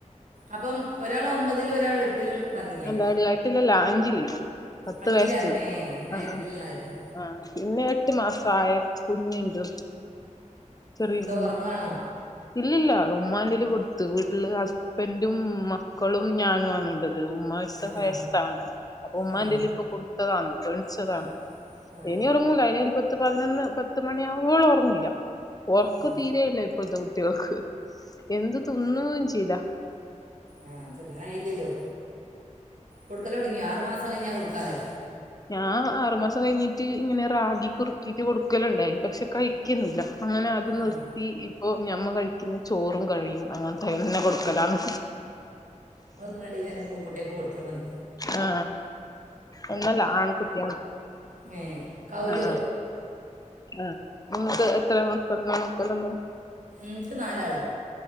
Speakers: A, on the right; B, on the left.
A: അപ്പം ഒരാൾ ഒമ്പതിലും ഒരാൾ എട്ടിലും പറഞ്ഞില്ലേ
B: അല്ലാ ഏട്ടിലല്ല അഞ്ചില് പത്ത്
A: അഞ്ചിലറിഞ്ഞേ
B: വയസ്സ്
A: ഞാൻ
B: ആ
A: എട്ടിൽ
B: അ.
A: നിന്നാകട്ടെ
B: ആ പിന്നെ എട്ട് മാസ ആയ കുഞ്ഞിണ്ട് ചെറിയ
A: എന്തോ
B: കു
A: ഉറങ്ങാണോ
B: ഇല്ലില്ല ഉമ്മാതിൽ കൊടുത്തു വീട്ടില് ഹസ്ബന്റും മക്കളും ഞാനും ആണള്ളത് ഉമ് വഴിച്ച
A: ആ
B: വയസ്സാണ്
A: ആ
B: അപ്പൊ ഉമ്മന്റീൽ
A: ആ
B: ഇപ്പൊ കൊടുത്തതാണ് ഇപ്പ എണിച്ചതാണ്
A: ആ ആ
B: ഇനി ഉറങ്ങൂല ഇനി ഒരു പത്ത് പതിനൊന്ന് പത്ത് മണി ആവോള ഉറങ്ങൂല്ല ഉറക്ക
A: ആ ആ
B: തീരെയില്ല ഇപ്പോഴത്തെ കുട്ടികൾക്ക് എന്ത് തിന്നു ചില
A: ആ തിന്നാനായില്ലല്ലോ കൊടുക്കലോ തുടങ്ങിയോ ആറ് മാസം കഴിഞ്ഞാ കൊടുക്കാലോ
B: ഞാ ആറുമാസ കഴിഞ്ഞിട്ട് ഇങ്ങനെ റാഗി കുറുക്കിയിട്ട് കൊടുക്കലിണ്ടായി പക്ഷെ കഴിക്കിന്നില്ല അങ്ങനെ അത് നിർത്തി
A: ആ
B: ഇപ്പോ ഞമ്മ കഴിക്കുന്ന ചോറും കഴിയും അങ്ങനത്തെ ന്നെ കൊടു കലാണ്
A: ന കുട്ട്യാക്കും കൊടുത്താ മതി
B: ആ എന്നല്ല ആൺകുട്ടിയും
A: ഏ കൗലിയോ
B: ആ ആ ഇങ്ങക്ക് എത്ര മക്ക മക്കളുണ്ടോ
A: ഇൻക്ക് നാലാള്